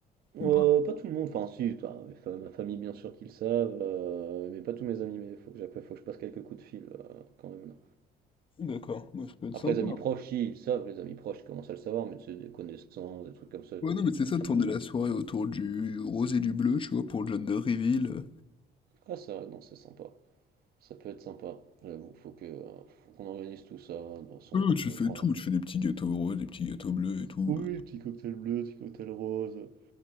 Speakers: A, on the right (about 65°); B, on the left (about 30°).
A: Euh,
B: ou pas?
A: pas tout le monde, enfin si, toi, mes fa- ma famille bien sûr qu'ils le savent, euh, mais pas tous mes amis, mais faut que j'appelle, faut que je passe quelques coups de fil euh, quand même
B: D'accord, bah, ça peut être
A: Après,
B: sympa.
A: les amis proches, si, ils le savent, les amis proches commencent à le savoir, mais tu sais, des connaissances, des trucs comme ça,
B: Ouais, non, mais c'est
A: pas
B: ça,
A: tout
B: de tourner
A: le monde
B: la
A: le
B: soirée autour du rose et du bleu, tu vois, pour le John de Reveal. euh.
A: Ah, c'est vrai, non, c'est sympa. Ça peut être sympa, j'avoue. Faut que, euh, faut qu'on organise tout ça. De toute façon,
B: Non, tu
A: on
B: fais
A: prend.
B: tout, tu fais des petits gâteaux roses, des petits gâteaux bleus et tout.
A: Oui,
B: euh.
A: petit cocktail bleu, petit cocktail rose,